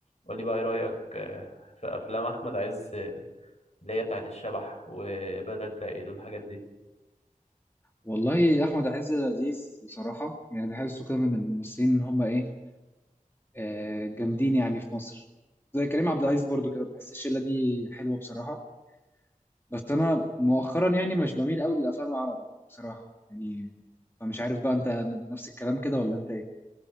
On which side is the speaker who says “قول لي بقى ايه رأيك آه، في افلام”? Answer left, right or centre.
Left